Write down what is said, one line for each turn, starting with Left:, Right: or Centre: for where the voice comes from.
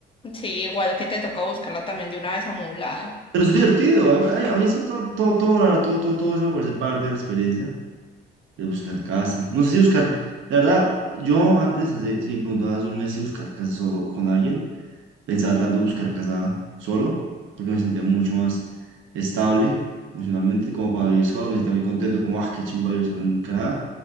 Left: Sí, igual que te toca buscarla también de una vez amoblada.
Right: Pero es divertido, a mí, a mí- a mí eso todo, todo, todo, la verdad, todo, todo, todo eso me parece parte de la experiencia, de buscar casa. No sé si buscar, la verdad, yo antes, hace, si me preguntabas hace un mes si buscar casa solo con alguien, Pensaba tal vez buscar casa solo, porque me sentía mucho más estable emocionalmente, como para vivir solo, me sentía muy contento, como, ah, qué chimba vivir solo en Canadá.